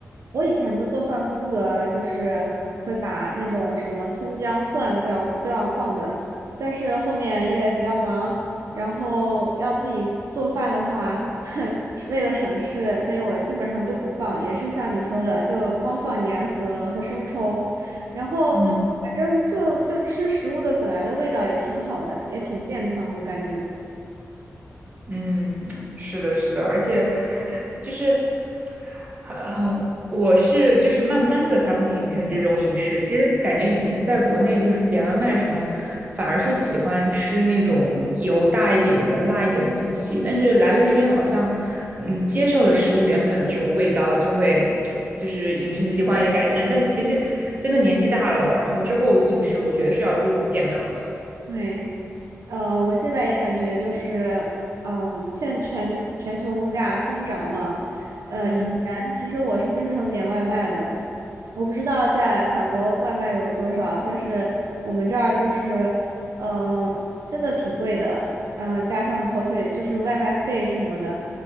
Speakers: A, on the right; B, on the right.
A: 我以前的做饭风格就是会把那种什么葱姜蒜都要都要放的，但是后面因为比较忙，然后要自己做饭的话，<laughs> 是为了省事，所以我基本上就不放，也是像你说的，就光放盐和和生抽，然后反正就就吃食物的本来的味道也挺好的，
B: 嗯，
A: 也挺健康，我感觉。
B: 嗯，是的，是的，而且就是很很，我是就是慢慢的才会形成这种饮食。其实感觉以前在国内就是点外卖什么，反而是喜欢吃那种油大一点的、辣一点的东西。但是来了这边，好像嗯，接受了食物原本的这种味道，就会就是饮食习惯也改变。但是其实真的年纪大了，然后之后饮食，我觉得是要注重健康的。
A: 对。呃，我现在也感觉就是，嗯，现在全全球物价疯涨嘛，呃，
B: 嗯
A: 以前其实我是经常点外卖的，我不知道在法国外卖有多少，但是我们这儿就是，嗯、真的挺贵的，嗯，加上跑腿就是外卖费什么的，